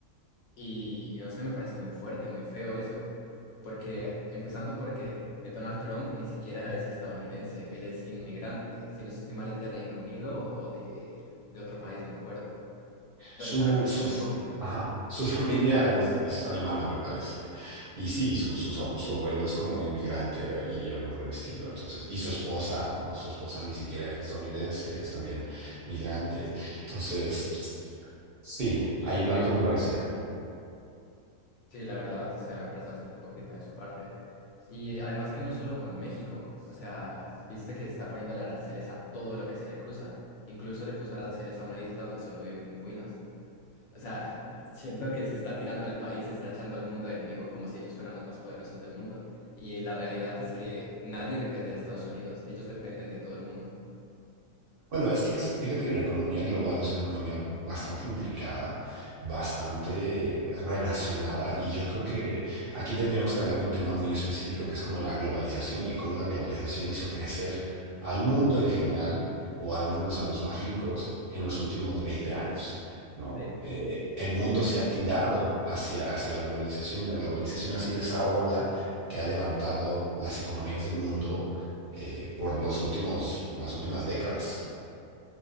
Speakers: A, on the left; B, on the right.
A: y, y no sé, me parece muy fuerte, muy feo eso, porque empezando porque Donald Trump ni siquiera es estadounidense, él es inmigrante, si no estoy mal es de Reino Unido o de, de otro país, no me acuerdo. Pero
B: Su,
A: esa me parece
B: su,
A: muy hipócrita.
B: ajá, su <laughs> familia es, es alemana, me parece. Y sí, su, su, su su abuelo es como inmigrante eh, y algo por el estilo. Entonces, y su esposa, ¿no? Su esposa ni siquiera es estadounidense, es también migrante. Entonces, sí, ahí no hay congruencia.
A: Sí, la verdad, o sea, me parece bastante hipócrita de su parte. Y además que no solo con México, o sea, viste que está poniendo aranceles a todo lo que se le cruza. Incluso le puso aranceles a una isla donde solo viven pingüinos. O sea, siento que se está tirando el país, se está echando al mundo de enemigo como si ellos fueran los más poderosos del mundo. Y la realidad es que nadie depende de Estados Unidos, ellos dependen de todo el mundo.
B: Bueno, es que es- fíjate que la economía global es una economía bastante intricada, bastante relacionada, y yo creo que aquí tendríamos que hablar de un tema muy específico, que es como la globalización y cómo la globalización hizo crecer al mundo en general, o al menos a los más ricos, en los últimos 20 años, ¿no?
A: Sí, estoy
B: Eh, el mundo se
A: de acuerdo.
B: ha tirado hacia, hacia la globalización y la globalización ha sido esa ola que ha levantado las economías del mundo eh, por los últimos, las últimas décadas.